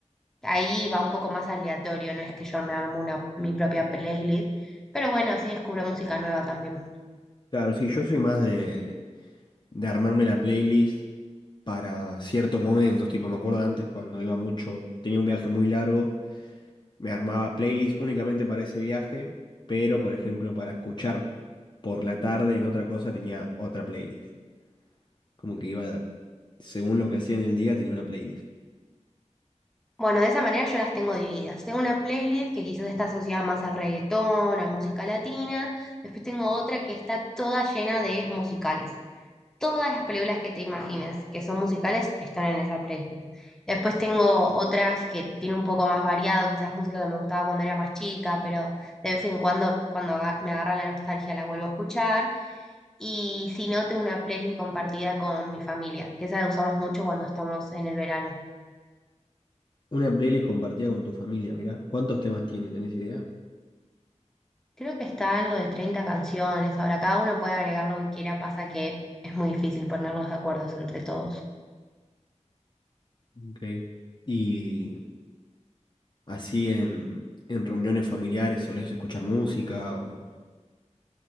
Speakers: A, in the centre; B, on the left.
A: Ahí va un poco más aleatorio, no es que yo me armo una, mi propia playlist, pero bueno, así descubro música nueva también.
B: Claro, sí, yo soy más de, de armarme la playlist para ciertos momentos, tipo me acuerdo antes cuando iba mucho, tenía un viaje muy largo Me armaba playlists únicamente para ese viaje, pero por ejemplo para escuchar por la tarde en otra cosa tenía otra playlist. Como que iba, según lo que hacía en el día, tenía una playlist.
A: Bueno, de esa manera yo las tengo divididas. Tengo una playlist que quizás está asociada más al reggaetón, a música latina. Después tengo otra que está toda llena de musicales. Todas las películas que te imagines que son musicales están en esa playlist. Después tengo otras que tiene un poco más variado, quizás música que me gustaba cuando era más chica, pero de vez en cuando, cuando aga- me agarra la nostalgia, la vuelvo a escuchar. Y si no, tengo una playlist compartida con mi familia, que esa la usamos mucho cuando estamos en el verano.
B: Una playlist compartida con tu familia, mirá. ¿Cuántos temas tiene? ¿Tenés idea?
A: Creo que está algo de 30 canciones. Ahora, cada uno puede agregar lo que quiera, pasa que es muy difícil ponernos de acuerdos entre todos.
B: Ok. Y así en, en reuniones familiares solés escuchar música o...